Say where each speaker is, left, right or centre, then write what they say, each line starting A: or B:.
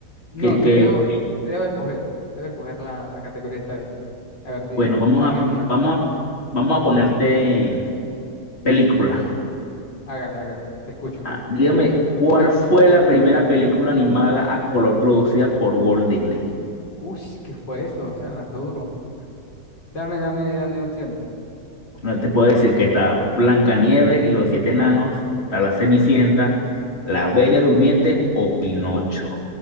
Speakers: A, on the left; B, on the left.
A: No,
B: ¿Qué,
A: te
B: qué
A: dejo, te dejo escoger. Te dejo escoger la, la categoría esta vez. A ver, di,
B: Bueno, vamos
A: ponme
B: a,
A: una.
B: vamos a, vamos a ponerte película.
A: Hágale, hágale. Te escucho.
B: Ah, dígame, ¿cuál fue la primera película animada a color producida por Walt Disney?
A: Uy, ¿qué fue eso? O sea, lanzó duro. Dame, dame, dame opciones.
B: No te puedo decir que está Blancanieves y los siete enanos, está La Cenicienta, La Bella Durmiente o Pinocho.